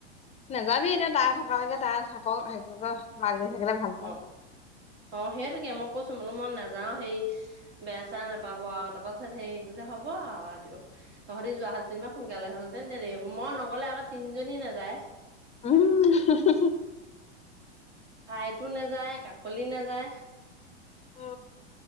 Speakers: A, on the left (about 20°); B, on the right (about 70°).
A: নেযাবি এতিয়া তাই থকা লৈকে তাই থাকক সেইটো মাক জনী থাকিলে ভাল পায়
B: অ অ সেইটোকে মই কৈছো বোলো মই নাযাও হেৰি বেয়া চেয়া নাপাব আও তাৰপাছত সেই কৈছে হ'ব আও তহতি যোৱা হ'লে টেনিমা সোনকালে হলহেতেন এতিয়া দেৰি হব মই নগ'লে আকৌ তিনিজনী নাযায়
A: উম
B: আইটো নাযায় কাকলি নাযায়
A: অ